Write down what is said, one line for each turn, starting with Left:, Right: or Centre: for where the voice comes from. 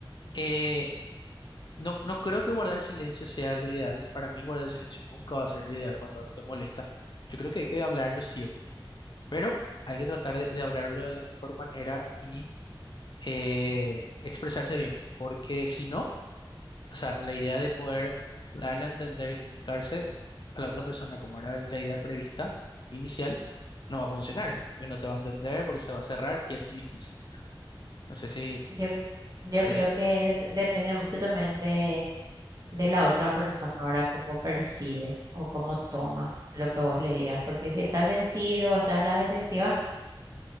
Left: eh, no, no creo que guardar silencio sea lo ideal. Para mí guardar silencio nunca va a ser lo ideal cuando algo te molesta. Yo creo que hay que hablarlo siempre. Pero hay que tratar de, de hablarlo de la mejor manera y eh, expresarse bien, porque si no, o sea, la idea de poder darle a entender y comunicarse a la otra persona como era la idea prevista inicial, no va a funcionar, porque no te va a entender, porque se va a cerrar y así difícil. No sé si
Right: Yo, yo
Left: es
Right: creo que dep- depende mucho también de de la otra persona, ahora cómo percibe o cómo toma lo que vos le digas, porque si estás sensible o estás a la defensiva,